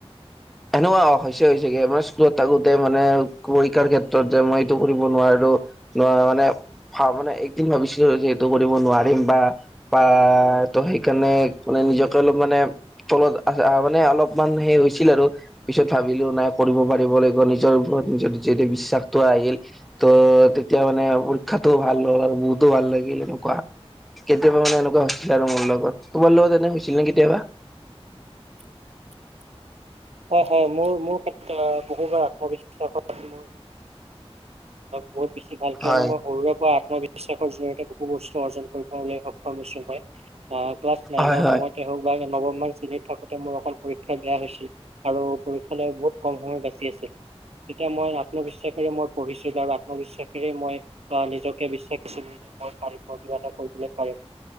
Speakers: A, in the centre; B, on the right (about 75°).
A: হেনে কোৱা হৈছে হৈছে গে মই স্কুলত থাকোতে মানে পৰীক্ষাৰ ক্ষেত্ৰত যে মই এইটো কৰিব নোৱা- ৰো নোৱা মানে ভা মানে এইদিন ভাবিছিলো যে এইটো কৰিব নোৱাৰিম বা বা ত সেইকাৰণে মানে নিজকে অলপ মানে তলত আ মানে অলপমান সেই হৈছিল আৰু পিছত ভাবিলো নাই কৰিব পাৰিব লাগিব। নিজৰ ওপৰ- যেদি যেদি বিশ্বাসটো আহিল ত তেতিয়া মানে পৰী- ক্ষাটো ভাল হল আৰু বহুতো ভাল লাগিল এনেকুৱা। কেতিয়াবা মানে এনেকুৱা হৈছিলে আৰু মোৰ লগত তোমাৰ লগত এনে হৈছিল নে কেতিয়াবা?
B: <inaudible> হয় হয় মোৰ মোৰ ক্ষেত্ৰত বহুবাৰ আত্মবিশ্বাস হয় মোৰ বহুত বেছি ভাল কিয়নো
A: হয়
B: মই সৰুৰে পৰা মই বিশ্বাসৰ জৰিয়তে বহু বস্তু অৰ্জন কৰিবলৈ সক্ষম হৈছো মই। অ ক্লাছ নাইনৰ
A: হয় হয়
B: সময়তে হওক বা নৱমমান শ্ৰেণীত থাকোতে মোৰ এখন পৰীক্ষা বেয়া হৈছিল। আৰু পৰীক্ষালৈ বহুত কম সময় বাচি আছিল তেতিয়া মই আত্মবিশ্বাসেৰে মই পঢ়িছ- আৰু আত্মবিশ্বাসেৰেই মই অ নিজকে বিশ্বাস দিছিলো যে মই পাৰিম মই কিবা এটা কৰিবলৈ পাৰিম।